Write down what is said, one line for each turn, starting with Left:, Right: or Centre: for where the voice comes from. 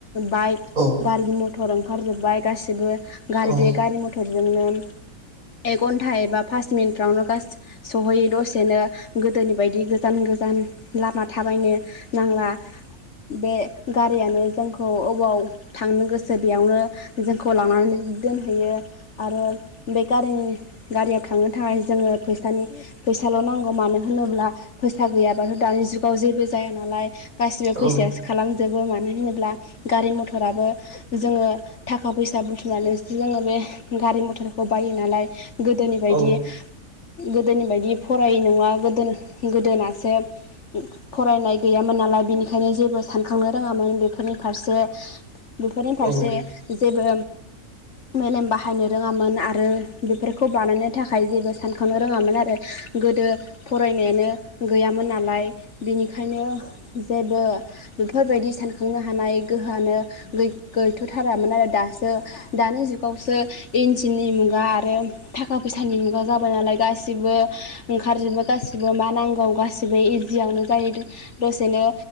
Left: बाइक
Right: औ
Left: गारि मथर ओंखारजोबबाय गासिबो गारि
Right: औ
Left: बे गारि मथरजोंनो एक घन्टा एबा पास मिनिटफ्रावनो गासै सहैयो दसेनो गोदोनि बायदि गोजान गोजान लामा थाबायनो नांला बे गारियानो जोंखौ अबाव थांनो गोसो बेयावनो जोंखौ लनानै दोनहैयो आरो बे गारिनि गारियाव थांनो थाखाय जोङो फैसानि फैसाल' नांगौ मानो होनोब्ला फैसा गैयाबाथ' दानि जुगाव जेबो जाया नालाय गासिबो फैसायासो
Right: औ
Left: खालामजोबो मानो होनोब्ला गारि मथराबो जोङो थाखा फैसा बुथुमनानै जोङो बे गारि मथरखौ बायो नालाय गोदोनि बायदि
Right: औ
Left: गोदोनि बायदि फरायै नङा गोदो गोदोनासो फरायनाय गैयामोन नालाय बिनिखायनो जेबो सानखांनो रोङामोन बेफोरनि फारसे बेफोरनि फारसे
Right: औ
Left: जेबो मेलेम बाहायनो रोङामोन आरो आरो बेफोरखौ बानायनो थाखाय जेबो सानखांनो रोङामोन आरो गोदो फरायनायानो गैयामोन नालाय बेनिखायनो जेबो बेफोरबायदि सानखांनो हानाय गोहोआनो गैथ'थारामोन आरो दासो दानि जुगावसो इन्जिननि मुगा आरो थाखा फैसानि मुगा जाबाय नालाय गासैबो ओंखारजोबो गासैबो मा नांगौ गासिबो इजियावनो जायो दसेनो